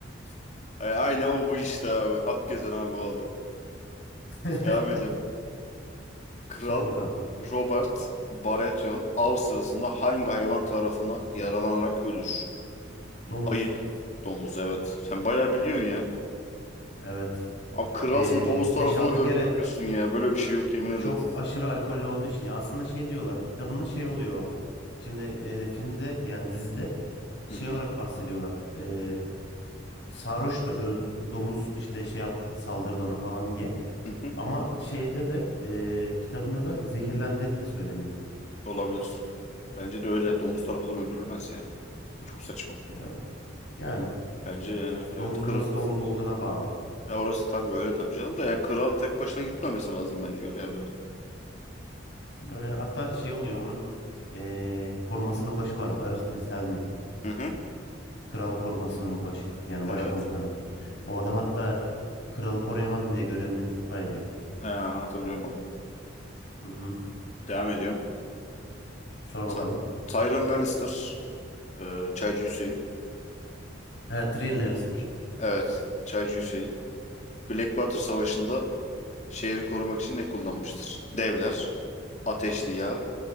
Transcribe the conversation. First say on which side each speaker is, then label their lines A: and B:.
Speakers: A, on the left; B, on the left.
A: <laughs> Ay, Aynen o bu işte abi. Akgezen abi o adam.
B: <laughs>
A: Devam edelim. Kral
B: Sor bakalım.
A: Robert Baratheon av sırasında hangi hayvan tarafından yaralanarak ölür?
B: Domuz.
A: Ayı. Domuz evet. Sen bayağı biliyorsun ya.
B: Evet.
A: Abi kralsın
B: Ee,
A: domuz tarafından
B: 5-6
A: öldürülüyorsun
B: kere
A: ya. Böyle bir şey yok yemin ederim.
B: çok aşırı alkollü olduğu için ya aslında şey diyorlar kitabında şey oluyor. o. Şimdi e, filmde yani dizide şey
A: Hı hı,
B: olarak bahsediyorlar. Ee, sarhoştu öl- domuz işte şey yaptı saldırdı ona falan diye.
A: hı hı.
B: Ama şeyde de e, kitabında da zehirlendiği de söyleniyor.
A: Olabilir. Bence de öyle. Domuz tarafından öldürülmez ya. Bu Çok saçma.
B: Ya- Yani
A: Bence yani evet.
B: domuzun
A: Kır...
B: nasıl domuz olduğuna bağlı.
A: Ya orası tabii öyle tabii canım da yani kral tek başına gitmemesi lazım bence öyle yerlere.
B: Öyle hatta şey oluyor onun e, korumasının başı var. Barristan Selmy.
A: Hı hı.
B: Kral korumasının başı. Yani
A: Evet.
B: başkomutanı. O adam hatta kralı koruyamadım diye görevinden istifa ediyor.
A: He, hatırlıyorum onu.
B: Hı hı.
A: Devam ediyorum.
B: Sor
A: Ta-
B: bakalım.
A: Tyrion Lannister. e, Çaycı Hüseyin.
B: He, Tyrion Lannister.
A: Evet. Çaycı Hüseyin. Blackwater Savaşı'nda şehri korumak için ne kullanmıştır? Devler, ateşli yağ,